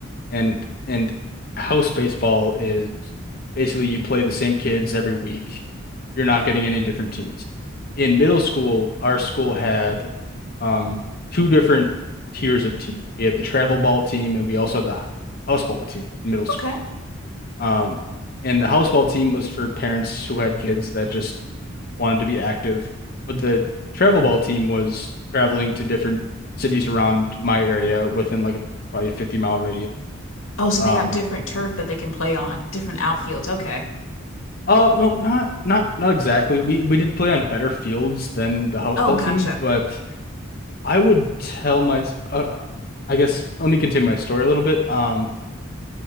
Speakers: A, on the left; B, on the left.
A: and and house baseball is basically you play the same kids every week. You're not getting any different teams. In middle school, our school had um two different tiers of teams. We had the travel ball team and we also had the house ball team in middle school.
B: Okay.
A: Um, and the house ball team was for parents who had kids that just wanted to be active, but the travel ball team was traveling to different cities around my area within like a probably a 50 mile radius.
B: Oh, so
A: Um,
B: they have different turf that they can play on, different outfields. Okay.
A: oh no, not not not exactly. We we did play on better fields than the house
B: Oh,
A: ball
B: gotcha.
A: team, but I would tell my uh, I guess let me continue my story a little bit. Um,